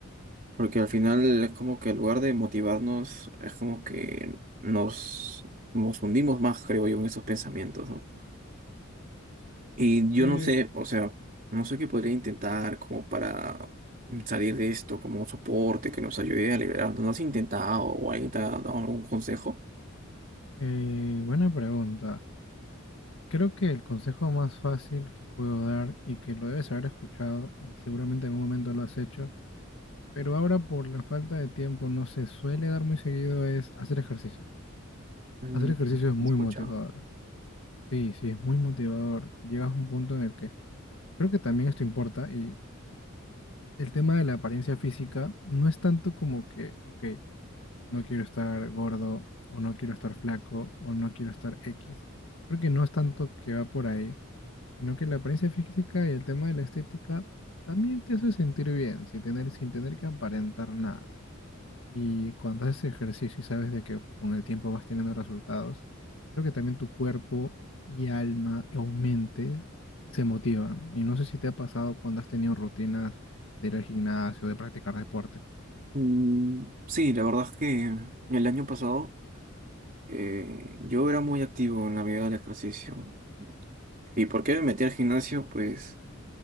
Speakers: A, on the right; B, on the left.
A: Porque al final es como que en lugar de motivarnos, es como que nos, nos hundimos más, creo yo, en esos pensamientos, ¿no?
B: Sí.
A: Y yo
B: Sí,
A: no Sí. sé, o sea, no sé qué podría intentar como para salir de esto, como un soporte que nos ayude a liberarnos. ¿No has intentado o alguien te ha dado algún consejo?
B: Eh, buena pregunta. Creo que el consejo más fácil que puedo dar y que lo debes haber escuchado y seguramente en algún momento lo has hecho, pero ahora por la falta de tiempo no se suele dar muy seguido es hacer ejercicio.
A: Mm,
B: Hacer ejercicio es muy
A: he escuchado.
B: motivador. Sí, sí, es muy motivador. Llegas a un punto en el que creo que también esto importa y el tema de la apariencia física no es tanto como que, ok, no quiero estar gordo o no quiero estar flaco o no quiero estar X. Creo que no es tanto que va por ahí Sino que la apariencia física y el tema de la estética también te hace sentir bien, sin tener, sin tener que aparentar nada. Y cuando haces ejercicio y sabes de que con el tiempo vas teniendo resultados, creo que también tu cuerpo y alma o mente se motivan. Y no sé si te ha pasado cuando has tenido rutinas de ir al gimnasio, de practicar deporte.
A: Mm, sí, la verdad es que el año pasado eh, yo era muy activo en la vida del ejercicio. ¿Y por qué me metí al gimnasio? Pues,